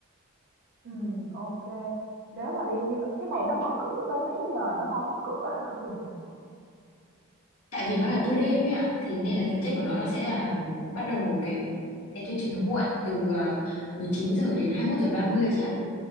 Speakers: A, on the right; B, on the left.
A: ừ, ok. Nếu mà đi như vậy cái này nó mở cửa tới mấy giờ nó đóng cửa hả Quỳnh hả?
B: Tại vì nó là tour đêm ấy ạ, thì nên là tính chất của nó nó sẽ là bắt đầu cái cái chương trình nó muộn từ ờ, 19 giờ đến 21 giờ 30 chị ạ.